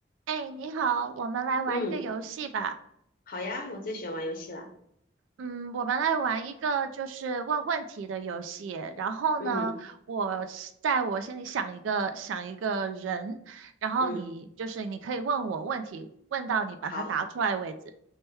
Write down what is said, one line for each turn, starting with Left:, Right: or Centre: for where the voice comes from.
Right: 哎，你好，我们来玩一个游戏吧。
Left: 嗯，好呀，我最喜欢玩游戏了。
Right: 嗯，我们来玩一个就是问问题的游戏。然后呢，
Left: 嗯
Right: 我是在我心里想一个想一个人，然后你就是你可以问我问题，
Left: 嗯，
Right: 问到你把它答出来为止。
Left: 好，